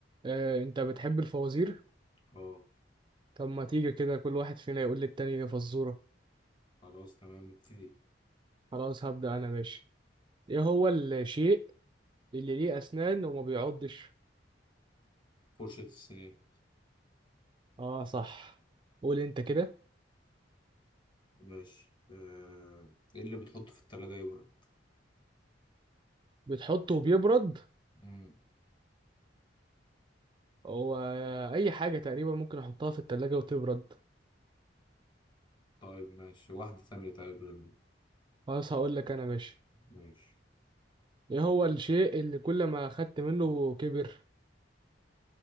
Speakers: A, on the right; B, on the left.
A: آه، انت بتحب الفوازير
B: اه
A: طب ما تيجي كده كل واحد فينا يقول للتاني فزورة
B: خلاص تمام ابتدي
A: خلاص هبدأ انا ماشي ايه هو الشيء اللي ليه اسنان وما بيعضش
B: فرشة السنان
A: اه صح قول انت كده
B: ماشي آه، ايه اللي بتحطه في التلاجة يبرد
A: بتحطه وبيبرد
B: مم.
A: هو اي حاجة تقريبا ممكن احطها في التلاجة وتبرد
B: طيب ماشي واحدة ثانية طيب لل-
A: خلاص هقول لك انا ماشي
B: ماشي
A: ايه هو الشيء اللي كل ما اخدت منه كبر